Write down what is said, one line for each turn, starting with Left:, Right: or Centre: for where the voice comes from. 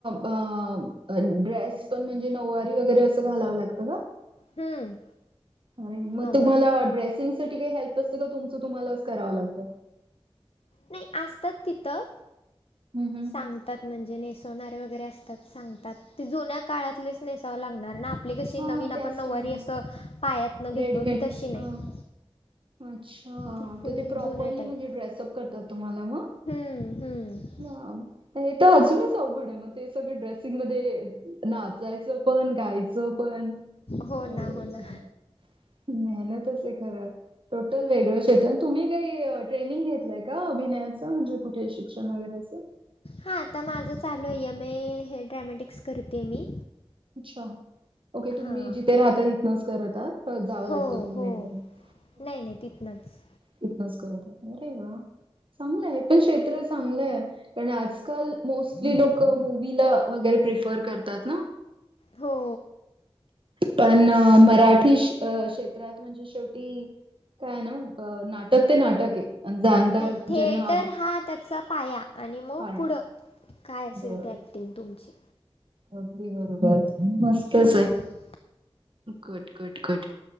Right: प आ अ ड्रेस पण म्हणजे नऊवारी वगैरे असं घालावं लागतं का?
Left: हम्म.
Right: अरे मग
Left: नऊवारी
Right: तुम्हाला ड्रेसिंगसाठी काही हेल्प असतं का तुमचं तुम्हालाच करावं लागतं?
Left: नाही असतात तिथं,
Right: हम्म, हम्म.
Left: सांग तात म्हणजे नेसवणारे वगैरे असतात सांगतात ते जुन्या काळातलेच नेसावं लागणार ना! पली कशी
Right: हां,
Left: नवीन आपण
Right: त्या
Left: नऊवारी
Right: स्टाईलने
Left: असं पायात न घेतो
Right: रेडीमेड.
Left: ते तशी नाही.
Right: हां, अच्छा
Left: ती फुल
Right: तर ते प्रॉपरली
Left: जुन्या टाईप
Right: म्हणजे ड्रेसअप करता तुम्हाला म?
Left: हम्म- हम्म
Right: या हे तर अजूनच अवघड आहे म ते सगळे ड्रेसिंग मध्ये नाचायचं पण गायचं पण
Left: हो
Right: अरे
Left: ना, हो
Right: <unintelligible>
Left: ना.
Right: मेहनतच आहे खरं. टोटल वेगळं क्षेत्र, तुम्ही काही अ ट्रेनिंग घेतलंय का अभिनयाचं म्हणजे कुठे शिक्षण वगैरे याच?
Left: हा आता माझं चालू आहे यम ए हे ड्रॅमॅटिक्स करतेय मी.
Right: अच्छा ओके तुम्ही
Left: हां.
Right: जिथे राहता तिथनच करता का जावं
Left: हो,
Right: लागतं तुम्हाला
Left: हो.
Right: <unintelligible>
Left: नाही- नाही तिथनंच.
Right: तिथनच करतात अरे वा चांगलंय हे पण क्षेत्र चांगलंय पण आजकाल मोस्टली लोकं मूवीला वगैरे प्रेफर करतात ना?
Left: हो.
Right: पण अ मराठीश अ क्षेत्रात म्हणजे शेवटी काय न अ नाट तर ते नाटक ए अन जाणकार
Left: नाही थिएटर
Right: ज्यांना आव
Left: हा त्याचा पाया आणि मग
Right: काय
Left: पुढं काय असेल
Right: बरं
Left: ते ॲक्टिंग तुमची.
Right: अगदी बरोबर मस्तच
Left: हम्म.
Right: हे गुड-गुड-गुड.